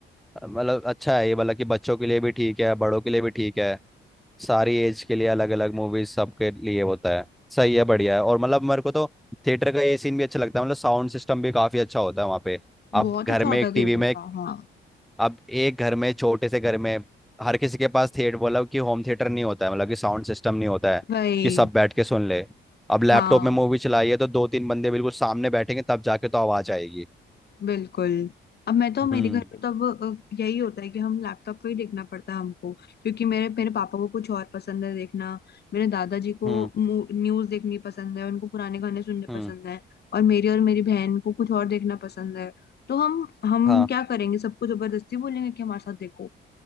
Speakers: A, in the centre; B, on the left (about 55°).
A: मतलब अच्छा है ये मतलब कि बच्चों के लिए भी ठीक है बड़ों के लिए भी ठीक है सारी एज के लिए अलग अलग मूवीज सबके लिए होता है सही है बढ़िया है और मतलब मेरे को तो थिएटर का ये सीन भी अच्छा लगता है मतलब साउंड सिस्टम भी काफी अच्छा होता है वहाँ पे अब
B: बहुत
A: घर
B: अच्छा
A: में
B: होता
A: एक
B: है थिएटर
A: टीवी में
B: का हाँ
A: अब एक घर में छोटे से घर में हर किसी के पास थिएटर मतलब कि होम थिएटर नहीं होता है मतलब कि साउंड सिस्टम नहीं होता है
B: वही
A: कि सब बैठ के सुन ले अब लैपटॉप
B: हाँ
A: में मूवी चलाई है तो दो तीन बंदे बिल्कुल सामने बैठेंगे तब जाके तो आवाज आएगी
B: बिल्कुल अब मैं तो मेरे
A: हम्म
B: घर में तो अब अ, यही होता है कि हम लैपटॉप पे ही देखना पड़ता है हमको क्योंकि मेरे मेरे पापा को कुछ और पसंद है देखना मेरे दादाजी को
A: हम्म
B: न्यूज देखनी पसंद है उनको पुराने गाने सुनने
A: हम्म
B: पसंद है और मेरी और मेरी बहन को कुछ और देखना पसंद है तो हम हम
A: हाँ
B: क्या करेंगे सबको जबरदस्ती बोलेंगे कि हमारे साथ देखो